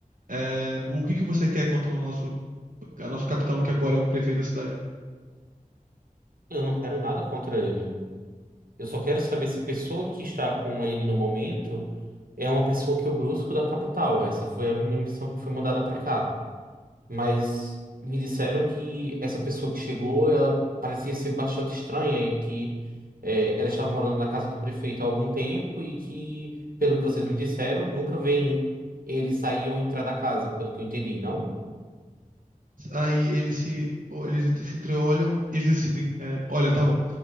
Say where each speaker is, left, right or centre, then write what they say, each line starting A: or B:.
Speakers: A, on the right; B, on the right.
A: É, o que que você quer contra o nosso, a nosso capitão, que agora é o prefeito da cidade?
B: Eu não quero nada contra ele. Eu só quero saber se a pessoa que está com ele no momento é uma pessoa que eu busco da capital. Essa foi a minha missão que foi mandada pra cá. Mas me disseram que essa pessoa que chegou, ela parecia ser bastante estranha e que é, ela estava morando na casa do prefeito há algum tempo e que, pelo que vocês me disseram, nunca vem ele sair ou entrar da casa, pelo que eu entendi, não?
A: Aí eles se, eles se entreolham e eles decidem: é, Olha, tá bom,